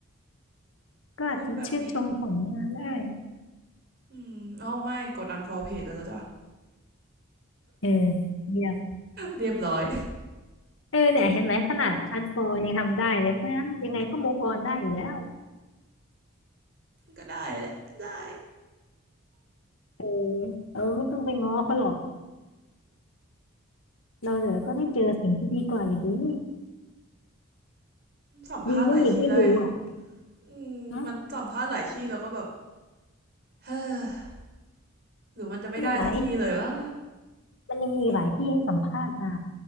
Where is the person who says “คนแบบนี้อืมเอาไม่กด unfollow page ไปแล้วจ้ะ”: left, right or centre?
Right